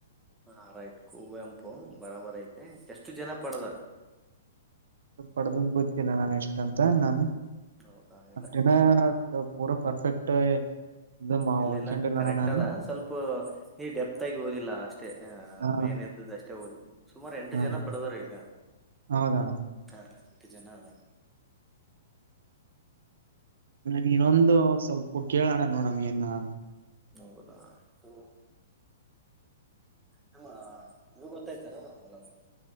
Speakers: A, in the centre; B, on the right.
A: ಹಾ ರೈಟ್ ಕೂವೆಂಪು ಬರಾಬರ ಐತೆ ಎಷ್ಟು ಜನ ಪಡದಾರ.
B: ಪಡೆದಿದ್ದು ಗೊತ್ತಿಲ್ಲ ಣ ಎಷ್ಟು. ತಂತ ನಾನು.
A: ಹೌದಾ ಇಲ್ಲ
B: ಅಷ್ಟೇನ ಪೂರ ಪರ್ಫೆಕ್ಟ್. ಇದು
A: ಇಲ್ಲ
B: ಓದ್ಕೊಂಡಿಲ್ಲಣ
A: ಇಲ್ಲ ಕರೆಕ್ಟ್
B: ನಾನು
A: ಅದ ಸ್ವಲ್ಪ್ ನೀ ಡೆಪ್ತ್ ಆಗಿ ಓದಿಲ್ಲ ಅಷ್ಟೇ ಅಹ
B: ಹ
A: ಮೇನ್ ಇದ್ದದ್ದ ಅಷ್ಟೇ ಓದಿ. ಸುಮಾರ ಎಂಟು
B: ಹ
A: ಜನ ಪಡದಾರ ಈಗ
B: ಹೌದಣ
A: ಹ. ಎಂಟ್ ಜನ ಇದರ.
B: <unintelligible> ಇನ್ನೊಂದು ಸ್ವಲ್ಪ ಕೇಳೋಣ ನೋಡಮ ಏನ್. ನ.
A: ಹೌದಾ ಇದು. ನಮ್ಮ ನೀವು <unintelligible> ನಮ ನಮ್ಮ